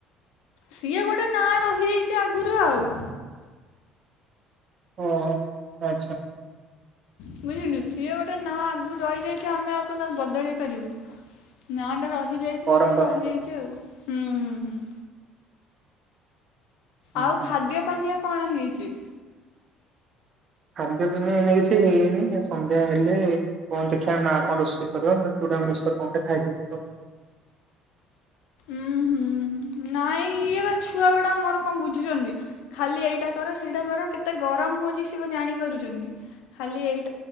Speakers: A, on the left; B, on the right.
A: ସିଏ ଗୋଟେ ନାଁ ରହିଯାଇଛି ଆଗରୁ ଆଉ।
B: ଓହୋ ଆଚ୍ଛା।
A: ବୁଝିଲୁ ସିଏ ଗୋଟେ ନାଁ ଆଗରୁ ରହିଯାଇଛି ଆମେ ଆଉ କଣ ତାକୁ ବଦଳେଇ ପାରିବୁ ନାଁ ଟା ରହି ରହିଯାଇଛି
B: ପରମ୍ପରା
A: ଯେହେତୁ ରହିଯାଇଛି ଆଉ। ହୁଁ ହୁଁ ହୁଁ
B: ହୁଁ
A: ଆଉ
B: ହୁଁ
A: ଖାଦ୍ୟ ପାନୀୟ କଣ ହେଇଛି?
B: ଖାଦ୍ୟ ପାନୀୟ ଏମିତି କିଛି ହେଇନି ସନ୍ଧ୍ୟା ହେଲେ କଣ ଦେଖିବା ମା କଣ ରୋଷେଇ କରିବ ନହେଲେ ଚୁଡ଼ା ମିକ୍ସଚର୍ କଣଟେ ଖାଇଦେବି ଆଉ।
A: ଉୁଁ ହୁଁ ନାଇଁ ଇଏ ବା ଛୁଆ ଗୁଡା ମୋର କଣ ବୁଝୁଛନ୍ତି ଖାଲି ଏଇଟା କର ସେଇଟା କର କେତେ ଗରମ ହଉଛି ସେ କଣ ଜାଣି ପାରୁଛନ୍ତି ଖାଲି ଏଇ